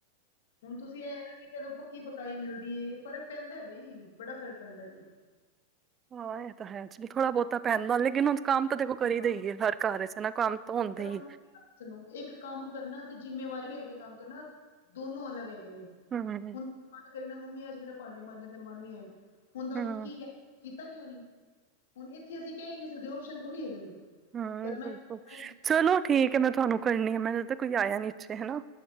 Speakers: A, on the left; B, on the right.
A: ਹੁਣ ਤੁਸੀਂ ਐ ਨਾ ਕਿ ਚਲੋ ਪੱਕੀ-ਪਕਾਈ ਮਿਲਦੀ ਏ ਫ਼ਰਕ ਪੈਂਦਾ ਬਈ ਬੜਾ ਫਰਕ ਪੈਂਦਾ ਜੇ
B: ਹਾਂ ਐ ਤਾਂ ਹੈ ਚ ਵੀ ਥੋੜਾ-ਬੋਹਤਾ ਪੈਦਾ ਲੇਕਿਣ ਕੰਮ ਤਾਂ ਦੇਖੋ
A: ਹਾਂ।
B: ਕਰੀ ਦਾ ਈ ਏ ਹਰ ਕਾਰ ਚ ਹੈਨਾ ਕੰਮ ਤਾਂ ਹੁੰਦਾ
A: ਕੰਮ
B: ਈ ਏ।
A: ਸੁਣੋ ਇੱਕ ਕੰਮ ਕਰਨਾ ਤੇ ਜਿੰਮੇਵਾਰੀ ਲੈ ਕੇ ਕੰਮ ਕਰਨਾ ਦੋਨੋ ਅਲੱਗ ਹੈਗੇ ਨੇ।
B: ਹੂੰ-ਹੂੰ।
A: ਹੁਣ ਮਨ ਕਰੇ ਨਾ ਮੰਮੀ ਅੱਜ ਮੇਰਾ ਭਾਂਡੇ ਮਾਂਜਣ ਦਾ ਮਨ ਨੀ ਐ ਹੁਣ ਤਾਨੂੰ
B: ਹਮ
A: ਓ ਕੀ ਕੈ ਕੀਤਾ ਕਿਉਂ ਨੀ ਹੁਣ ਏਥੇ ਅਸੀਂ ਕੈ ਈ ਨੀ ਸਕਦੇ ਓਪਸ਼ਨ ਥੋੜ੍ਹੀ ਹੈਗਾ ਏ।
B: ਹੂੰ
A: ਕਰਨਾ
B: ਬਿਲਕੁੱਲ
A: ਹੀ ਕਰਨਾ ਏ
B: ਚਲੋ ਠੀਕ ਏ। ਮੈਂ ਤੁਆਨੂੰ ਕਰਨੀ ਆ ਮੈਂਨੂੰ ਲੱਗਦਾ ਕੋਈ ਆਇਆ ਨੀਚੇ ਹੈਨਾ